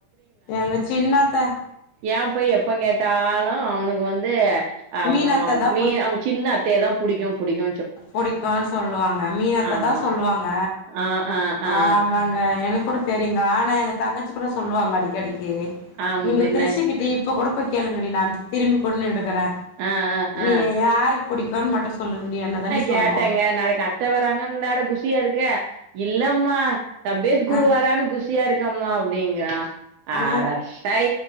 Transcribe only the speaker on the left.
எங்க சின்னத்த
மீனத்ததா
புடிக்கோ சொல்லுவாங்க மீனா அத்த
தா சொல்லுவாங்க
அ தாங்க எனக் கூட தெரியுங் ஆனா எங்க தங்கச்சி கூட சொல்லுவாங்க அடிக்கடிக்கி
நீங்க
கிரிஷ்ஷு கிட்ட இப்ப கூட போய் கேளுங்கடி நா திரும்பி கூட நின்டுக்குற
நீ
யாருக்கு புடிக்கன்னு மட்டோ சொல்லுங்கடி என்ன தாண்டி
சொல்லுவா
ஆ
ஆ